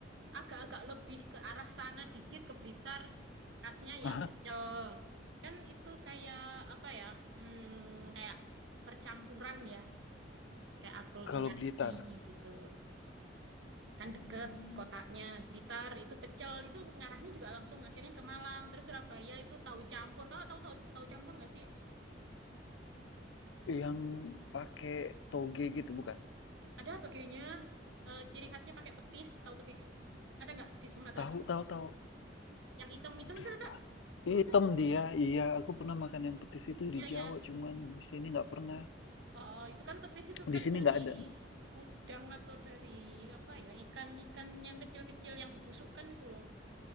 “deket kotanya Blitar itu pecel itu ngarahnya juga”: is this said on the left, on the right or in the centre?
Right